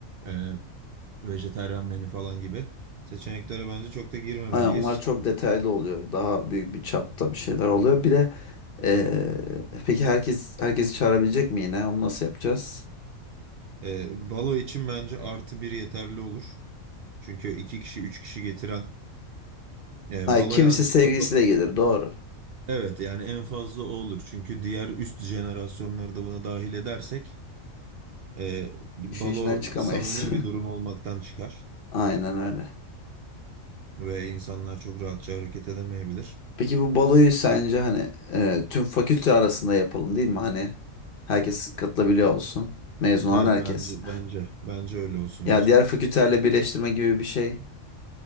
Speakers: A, on the right; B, on the left.
A: e, vejetaryen menü falan gibi seçeneklere bence çok da girmemeliyiz.
B: Aynen onlar çok detaylı oluyor. Daha büyük bir çapta bir şeyler oluyor. Bir de eee, peki herkes herkesi çağırabilecek mi yine? Onu nasıl yapacağız?
A: Ee, balo için bence artı bir yeterli olur. Çünkü iki kişi üç kişi getiren e,
B: Ay,
A: baloya
B: kimisi
A: anne
B: sevgilisiyle
A: baba çok
B: gelir doğru.
A: evet yani en fazla o olur. Çünkü diğer üst jenerasyonları da buna dahil edersek E, balo
B: İşin içinden çıkamayız.
A: samimi bir durum olmaktan çıkar
B: <laughs> Aynen öyle.
A: ve insanlar çok rahatça hareket edemeyebilir.
B: Peki bu baloyu sence hani e, tüm fakülte arasında yapalım değil mi? Hani herkes katılabiliyor olsun. Mezun olan
A: Evet
B: herkes.
A: bence bence bence öyle olsun
B: Ya
A: gerçekten.
B: diğer fakültelerle birleştirme gibi bir şey